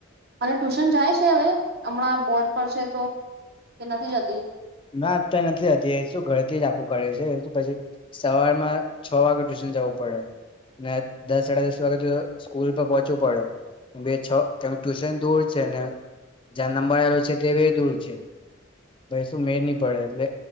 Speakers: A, on the right; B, on the left.
A: અને ટ્યુશન જાય છે, હવે હમણાં બોર્ડ પર છે તો કે નથી જતી.
B: ના અત્યારે નથી જતી એ શું ઘરથી જ આપે, લોકો કરે છે એ તો પછી સવારમાં છ વાગે ટ્યુશન જવું પડે ના દસ સાડા દસ વાગે તો, સ્કૂલ પર પહોંચવું પડે બે છ, કે ટ્યુશન દૂર છે, ને જ્યાં નંબર આવેલો છે તે બી દૂર છે. બસ, મેડ નહી પડે એટલે